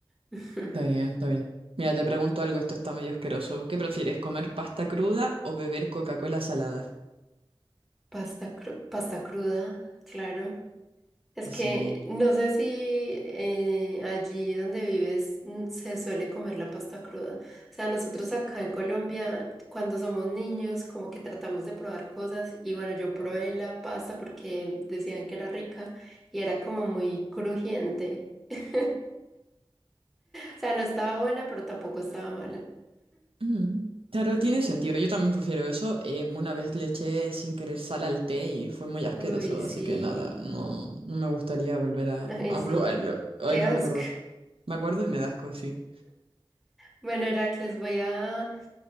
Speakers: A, in the centre; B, on the right (about 75°).
A: <laughs>
B: Está bien, está bien. Mira, te pregunto algo, esto está medio asqueroso. ¿Qué prefieres, comer pasta cruda o beber Coca-Cola salada?
A: Pasta, cru- pasta cruda, claro. Es
B: Sí.
A: que no sé si eh, allí donde vives mm, se suele comer la pasta cruda. O sea, nosotros acá en Colombia, cuando somos niños, como que tratamos de probar cosas y bueno, yo probé la pasta porque decían que era rica y era como muy crujiente. <laughs> O sea, no estaba buena, pero tampoco estaba mala.
B: Mm. Claro, tiene sentido. Yo también prefiero eso. Eh, una vez le eché sin querer sal al té y fue muy asqueroso,
A: Uy, sí.
B: así que nada, no, no me gustaría volver a,
A: Ay,
B: a
A: sí.
B: probarlo. Ay,
A: Qué
B: no,
A: asco.
B: qué horror. Me acuerdo y me da asco, sí.
A: Bueno, Heracles, voy a,